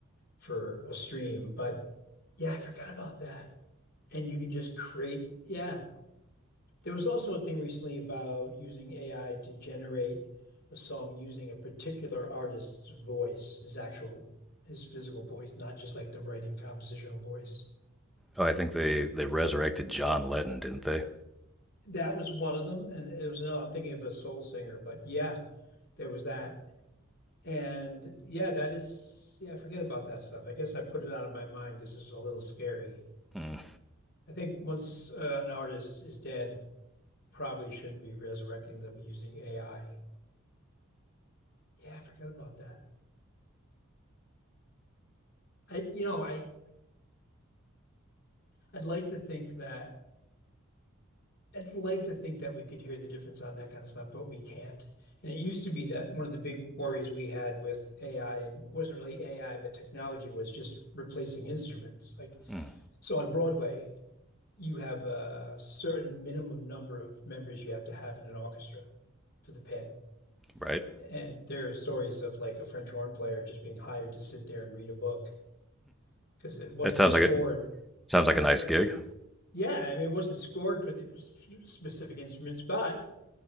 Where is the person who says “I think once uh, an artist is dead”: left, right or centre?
Left